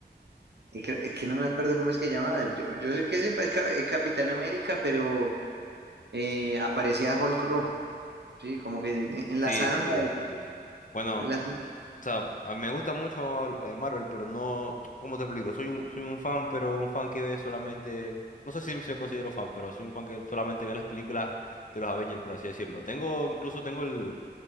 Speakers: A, on the right (about 70°); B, on the left (about 45°).
A: Y creo- es que no me acuerdo cómo es que llamaba. Yo, yo sé que sepa es Cap- es Capitán América, pero eh, aparecía Hulk rojo. Sí, como que en- enlazaron
B: Sí, sí,
A: la, de...
B: sí. Bueno.
A: las-
B: O sea, a- me gusta mucho eh, Marvel, pero no, ¿cómo te explico? Soy un, soy un fan, pero un fan que ve solamente, no sé si me considero fan, pero soy un fan que solamente ve las películas de los Avengers, por así decirlo. Tengo, incluso tengo el,